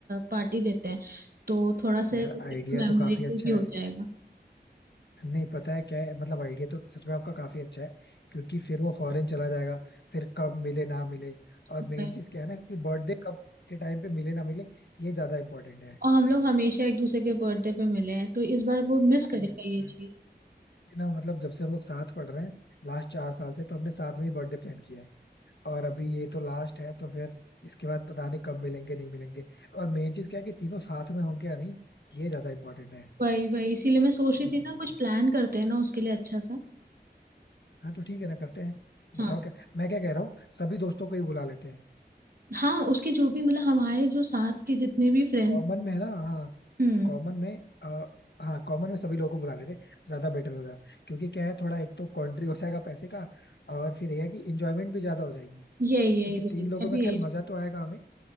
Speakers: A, on the right (about 55°); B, on the left (about 80°).
A: पार्टी देते हैं तो थोड़ा सा
B: यार
A: मेमोरेबल
B: आइडिया तो काफी अच्छा
A: भी हो
B: है
A: जाएगा
B: नहीं पता है क्या है मतलब आइडिया तो सच में आपका काफी अच्छा है क्योंकि फिर वो फॉरेन चला जाएगा फिर कब मिले ना मिले और
A: भाई,
B: मेन चीज क्या है ना कि बर्थडे कब के टाइम पे मिले ना मिले ये ज्यादा इम्पोर्टेंट
A: और हम लोग हमेशा एक दूसरे के बर्थडे पे मिले हैं तो इस बार वो मिस करेगा
B: है
A: ये चीज
B: कि ना मतलब जब से हम लोग साथ पढ़ रहे हैं लास्ट चार साल से तो हमने साथ में ही बर्थडे प्लान किया है और अभी ये तो लास्ट है तो फिर इसके बाद पता नहीं कब मिलेंगे नहीं मिलेंगे और मेन चीज क्या है कि तीनों साथ में होंगे या नहीं ये ज्यादा इंपॉर्टेंट है
A: वही वही इसीलिए मैं सोच रही
B: इस
A: थी
B: वजह
A: ना कुछ
B: से
A: प्लान करते हैं ना उसके लिए अच्छा सा
B: हाँ तो ठीक है ना करते हैं बताओ
A: हाँ
B: क्या मैं क्या कह रहा हूँ सभी दोस्तों को ही बुला लेते हैं
A: हाँ उसके जो भी मतलब हमारे जो साथ के जितने भी फ्रेंड्स
B: कॉमन में है ना हाँ
A: हम्म
B: कॉमन में आ, हाँ कॉमन में सभी लोगों को बुला लेते हैं ज्यादा बेटर होगा क्योंकि क्या है थोड़ा एक तो कॉन्ट्री हो जाएगा पैसे का और फिर यह है कि इंजॉयमेंट भी ज्यादा हो जाएगी
A: यही यही
B: क्योंकि
A: यही
B: तीन लोगों
A: मैं
B: में
A: भी
B: खैर
A: यही
B: मजा तो आएगा हमें